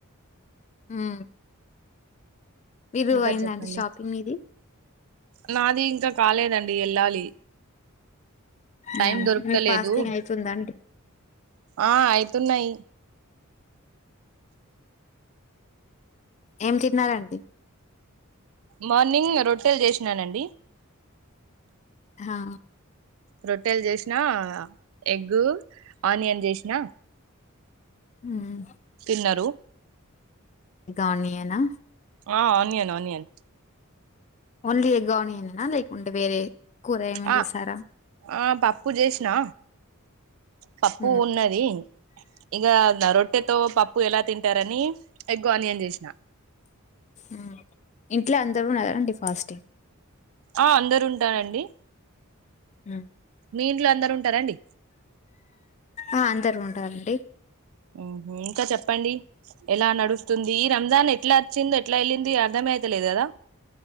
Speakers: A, on the left; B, on the right.
A: ఉమ్ విరు
B: ఇంకా
A: అయిందండి
B: చెప్పండి
A: షాపింగ్ మీది
B: నాది ఇంకా కాలేదండి వెళ్ళాలి టైం
A: ఉమ్
B: దొరుకుతలేదు
A: మీ ఫాస్టింగ్ అయితుందా అండి
B: ఆ అయితున్నాయి
A: ఏం తిన్నారండి
B: మార్నింగ్ రొట్టెలు చేసినానండి
A: హా
B: రొట్టెలు చేసినా ఎగ్గు ఆనియన్ చేసినా
A: ఉమ్
B: తిన్నరు
A: ఇంకా ఆనియనా
B: ఆ ఆనియన్ ఆనియన్
A: ఓన్లీ ఎగ్ ఆనియనేనా లేకుంటే వేరే కూర ఏమైనా
B: ఆ
A: చేసారా
B: ఆ పప్పు చేసినా పప్పు
A: మ్మ్
B: ఉన్నది ఇగ రొట్టెతో పప్పు ఎలా తింట తింటారని ఎగ్ ఆనియన్ చేసిన
A: ఉ ఇంట్లో అందరున్నారా అండి ఫాస్ట్
B: ఆ అందరు ఉంటారండి
A: ఉ
B: మీ ఇంట్లో అందరు ఉంటారా అండి
A: ఆ అందరు ఉంటారండి
B: ఉమ్ ఇంకా చెప్పండి ఎలా నడుస్ తుంది రంజాన్ ఎట్లా చింది ఎట్లా వెళ్ళింది అర్థమే అయితలేదు కదా